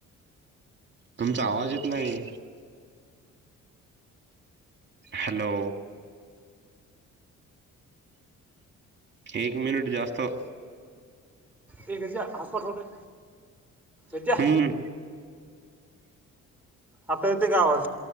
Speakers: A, on the right; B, in the centre.
A: तुमचा आवाज येत नाही. हॅलो! एक मिनिट जास्त
B: ये गजा हॉटस्पॉट सोड रे, गजा
A: हम्म
B: आता येतोय का आवाज?